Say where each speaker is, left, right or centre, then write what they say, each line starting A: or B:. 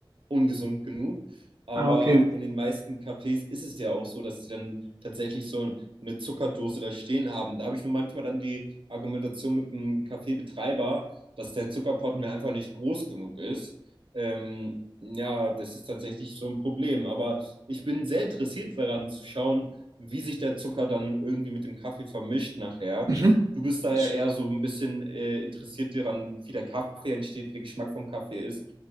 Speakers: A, on the right (about 75°); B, on the right (about 45°).
A: ungesund genug. Aber
B: Ah, okay.
A: in den meisten Cafés ist es ja auch so, dass sie dann tatsächlich so eine Zuckerdose da stehen haben. Da habe ich nur manchmal dann die Argumentation mit dem Kaffeebetreiber, dass der Zuckerpott mir einfach nicht groß genug ist. Ähm, ja, das ist tatsächlich so ein Problem. Aber ich bin sehr interessiert daran zu schauen, wie sich der Zucker dann irgendwie mit dem Kaffee vermischt nachher.
B: Mhm.
A: Du bist da
B: Das-
A: ja eher so ein bisschen äh, interessiert daran, wie der Kaffee entsteht, wie der Geschmack vom Kaffee ist.